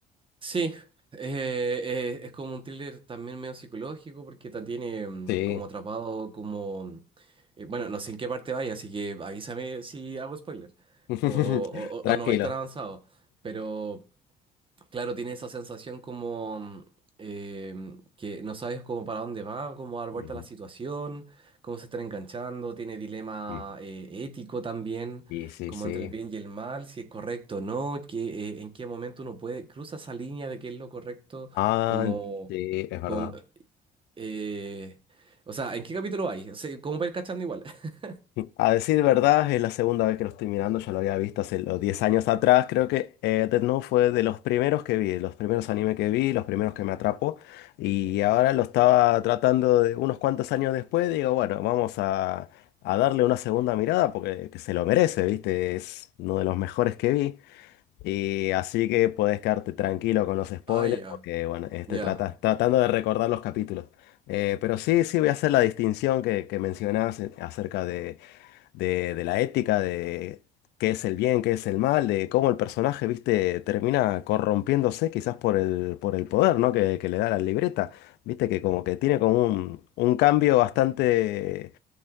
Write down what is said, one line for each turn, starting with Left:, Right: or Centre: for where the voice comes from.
Right: Sí, eh, eh, es como un thriller también medio psicológico porque ta- tiene mm,
Left: Sí.
Right: como atrapado como... mm, eh, bueno, no sé en qué parte vaya, así que avísame si hago spoiler
Left: <laughs>
Right: o, o- o-
Left: Tranquilo.
Right: o no vais tan avanzado. Pero, Claro, tiene esa sensación como em, que no sabes cómo para dónde va, cómo dar vuelta
Left: Ujú.
Right: a la situación, cómo se está enganchando, tiene dilema
Left: Mm.
Right: eh, ético también,
Left: Sí, sí,
Right: como
Left: sí.
Right: entre el bien y el mal, si es correcto o no, que, eh, en qué momento uno puede, cruza esa línea de qué es lo correcto,
Left: Ah,
Right: como,
Left: sí, es verdad.
Right: como, eh, o sea, ¿en qué capítulo hay? O sea, como para ir cachando igual. <laughs>
Left: A decir verdad, es la segunda vez que lo estoy mirando, ya lo había visto hace los 10 años atrás, creo que eh, Death Note fue de los primeros que vi, los primeros anime que vi, los primeros que me atrapó, y ahora lo estaba tratando de unos cuantos años después, digo, bueno, vamos a, a darle una segunda mirada porque que se lo merece, ¿viste? Es uno de los mejores que vi, y así que podés quedarte tranquilo con los spoilers
Right: Ah, ya,
Left: porque, bueno, estoy
Right: ya.
Left: trata- tratando de recordar los capítulos. Eh, pero sí, sí voy a hacer la distinción que, que mencionabas acerca de de, de la ética, de qué es el bien, qué es el mal, de cómo el personaje, viste, termina corrompiéndose quizás por el, por el poder, ¿no? Que, que le da la libreta. Viste que como que tiene como un, un cambio bastante